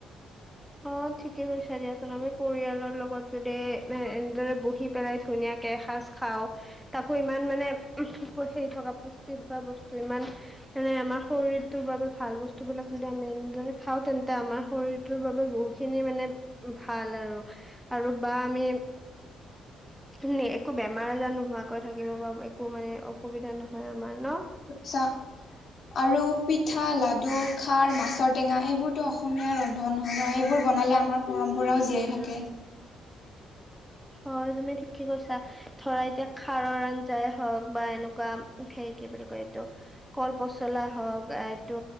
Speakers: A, in the centre; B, on the left.
A: অ' ঠিকে কৈছা দিয়াচোন আমি পৰিয়ালৰ লগত যদি এ এনেদৰে বহি পেলাই ধুনীয়াকে ধুনীয়াকে এসাজ খাওঁ তাকো ইমান মানে সেই থকা পুষ্টি থকা বস্তু ইমান এনে আমাৰ শৰীৰটোৰ বাবে ভাল বস্তু বিলাক যদি আমি এনেদৰে খাওঁ তেন্তে আমাৰ শৰীৰটোৰ বাবে বহুখিনি মানে ভাল আৰু-আৰু বা আমি <unintelligible> একো বেমাৰ আজাৰ নোহোৱাকৈ থাকিব পাৰোঁ একো মানে অসুবিধা নহয় আমাৰ ন'।
B: চাহ আৰু পিঠা, লাডু, খাৰ, মাছৰ টেঙা এইবোৰতো অসমীয়া ৰন্ধন ৰন্ধন হয় ন' এইবোৰ বনালে আমাৰ পৰম্পৰাও জীয়াই থাকে
A: হয় তুমি ঠিকেই কৈছা। ধৰা এতিয়া খাৰৰ আঞ্জাই হওক বা এনেকুৱা সেই কি বুলি কয় এইটো কল পচলা হওক এইটো